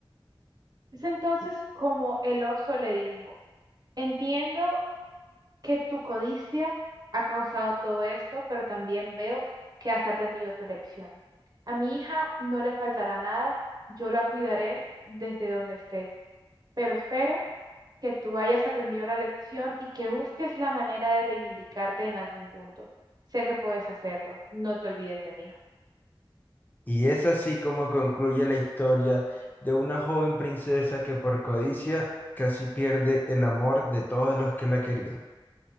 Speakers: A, on the right; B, on the left.
A: Es entonces como el oso le dijo, entiendo que tu codicia ha causado todo esto, pero también veo que has aprendido tu lección. A mi hija no le faltará nada, yo la cuidaré desde donde esté, pero espero que tú hayas aprendido la lección y que busques la manera de reivindicarte en algún punto. Sé que puedes hacerlo, no te olvides de mí.
B: Y es así como concluye la historia de una joven princesa que por codicia casi pierde el amor de todos los que la querían.